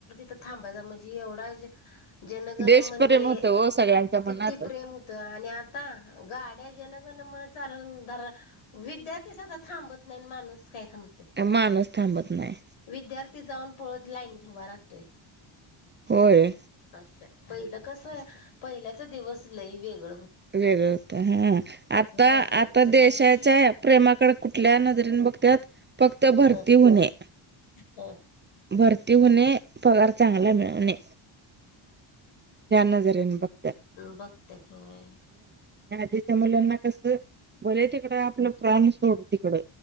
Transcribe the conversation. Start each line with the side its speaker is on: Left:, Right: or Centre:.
Left: थ थांबाचा म्हणजी एवढाच, जनगण
Right: देशप्रेम
Left: म्हणणे,
Right: होतं हो सगळ्यांच्या
Left: किती
Right: मनात
Left: प्रेम होत, आणि आता गाड्या जनगण म्ह, <unintelligible> विद्यार्थीसधा थांबत नाही माणूस काय थांबतोय,
Right: माणूस थांबत नाही
Left: विद्यार्थी जाऊन पळद लाईन धवा राहतोय,
Right: होय
Left: अस पहिलं. कसं आहे, पहिल्याच दिवस लय वेगळ
Right: वेगळ होत हा, आता
Left: असायचे
Right: आता देशाच्या प्रेमाकडे कुठल्या नजरेने, बतत फक्त भरती
Left: ह
Right: होणे,
Left: ह
Right: भरती होणे, पगार चांगला मिळणे. नजरे बघ,
Left: बघते होय,
Right: तिच्या मुलांना कसं बोले तिकडं आपलं प्राण सोडू तिकडं,